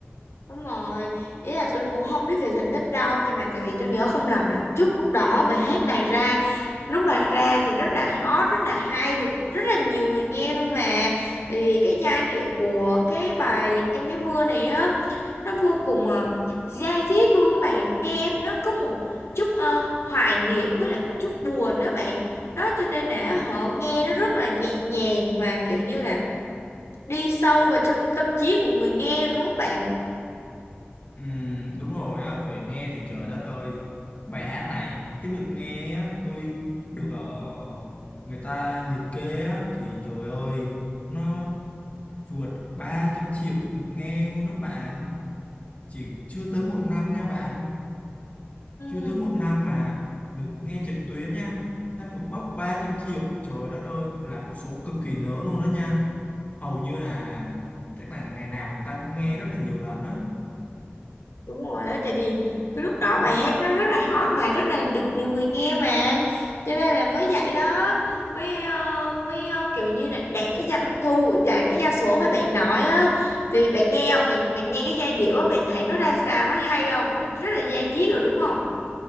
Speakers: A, on the left; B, on the left.
A: Đúng rồi, ý là tôi cũng không biết về thành tích đâu Nhưng mà tại vì tôi nhớ không lầm là trước lúc đó bài hát này ra Lúc mà ra thì rất là hot, rất là hay, được rất là nhiều người nghe luôn mà Tại vì cái giai điệu của cái bài Em gái mưa này á Nó vô cùng à, dai diết luôn á bạn Nghe nó có một chút ờ, hoài niệm với lại một chút buồn đó bạn Đó cho nên là họ nghe nó rất là nhẹ nhàng Mà kiểu như là đi sâu vào trong tâm trí của người nghe luôn á bạn
B: Ừ, đúng rồi á, về nghe thì trời đất ơi Bài hát này, cái được nghe á, tôi được ờ, người ta liệt kê á Thì trời ơi, nó vượt 300 triệu được nghe luôn đó bạn Chỉ chưa tới một năm nha bạn
A: Ừ.
B: Chưa tới một năm mà được nghe trực tuyến nha Đã vượt mốc 300 triệu, trời đất ơi là con số cực kỳ lớn luôn đó nha Hầu như là, chắc là ngày nào người ta cũng nghe rất là nhiều lần á
A: đúng rồi á tại vì cái lúc đó bài hát nó rất là hot mà rất là được nhiều người nghe mà cho nên là mới vậy đó mới ờ, mới ờ, kiểu như là đạt cái doanh thu đạt cái gia số mà bạn nói á thì bạn nghe không bạn bạn nghe cái giai điệu á bạn thấy nó ra sao nó hay không nó rất là da diết rồi đúng không